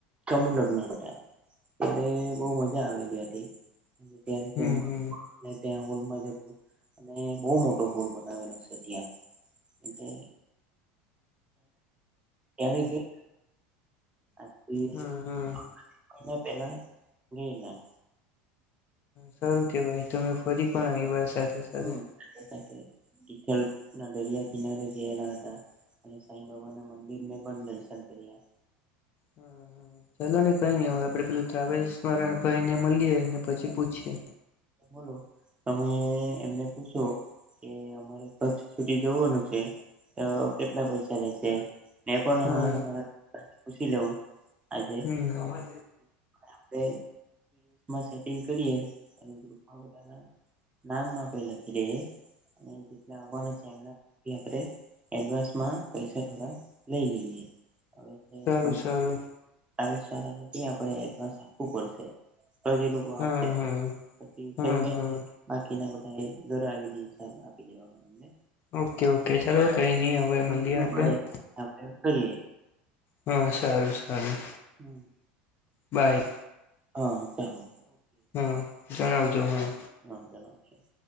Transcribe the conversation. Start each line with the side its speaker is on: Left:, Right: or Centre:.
Right: ચમુલગ્ન હતા. ત્યારે બહુ મજા આવેલી હતી. અને ત્યારે
Left: હમ હમ
Right: અને ત્યાં હોલમાં જતું. અને બહુ મોટો હોલ બનાવેલો છે ત્યાં. એ ત્યારે. આથી
Left: હા હા
Right: મહિના પેલા ગે ના
Left: સારું કે ભાઈ. તમે ફરી પણ અવાર સાથે. સાથે
Right: હમ સાથે સાથે થીથલ ના દરિયા કિનારે ગયેલા હતા. અને સાંઈ બાબા ના મંદિર ને પણ દર્શન કર્યા.
Left: હા હા! ચાલો ને કઈ ન. હવે આપડે પેલું ટ્રાવેલ્સ વાળા ભાઈ ને મળીએ ને પછી પૂછીએ.
Right: બોલો તમે એમને પૂછો. કે અમારે કચ્છ સુધી જવાનું છે તો કેટલા પૈસા લેશે. એ પણ
Left: હા
Right: અમારે અમારા પુછી લેવું. આજે
Left: હમ હા
Right: આપડે. સેટિંગ કરી અને ગ્રુપ માં બધાને. નામ આપડે લખી દઈએ અને જેટલા આવવાના છે એમ. આપણે એડવાન્સ માં પૈસા થોડા લઈ લઈએ હવે.
Left: સારું
Right: ટ્રાવેલ્સ
Left: સારું
Right: વાળાને ત્યાં આપણે એડવાન્સ આપવું પડશે. તો જે લોકો આવશે
Left: હા
Right: નહી
Left: હા
Right: પછી
Left: હા
Right: છેલ્લે.
Left: હા
Right: બાકી ના બધા એ ઘરે આવીને હિસાબ આપી દેવાનો એમને.
Left: ઓકે ઓકે ચાલો કઈ નહી હવે મળીએ
Right: સસ્તું
Left: આપણે.
Right: પડે આપણે કરીએ
Left: હા સારું સારું.
Right: હમ.
Left: બાય.
Right: હા ચાલો.
Left: હા જણાવજો હા.
Right: હ જણાવશું.